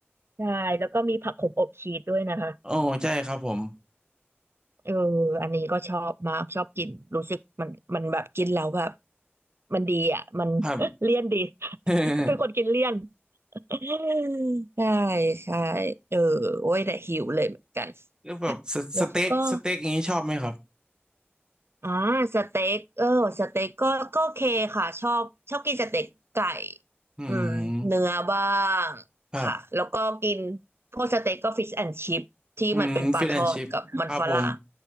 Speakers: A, on the right; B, on the right.
A: ใช่แล้วก็มีผักขมอบชีสด้วยนะคะ
B: โอ้ใช่ครับผม
A: เอออันนี้ก็ชอบมากชอบกินรู้สึกมันมันแบบกินแล้วแบบมันดีอ่ะมัน
B: ครับ
A: <laughs> เลี่ยนดี <laughs>
B: <laughs>
A: เป็นคนกินเลี่ยน <laughs> ใช่ใช่เออโอ้ยแต่หิวเลยเหมือนกัน
B: แล้วแบบสสเต็กสเต็กอย่างนี้ชอบไหมครับ
A: แล้วก็ อ่าสเต็กเออสเต็กก็ก็โอเคค่ะชอบชอบกินสเต็กไก่
B: อืม
A: อืมเนื้อบ้างค่ะแล้วก็กิน
B: ครับ
A: พวกสเต็กก็ฟิชแอนด์ชิพที่มันเป็นปลาทอดกับมันฝรั่ง
B: อืมฟิชแอนชิพครับผม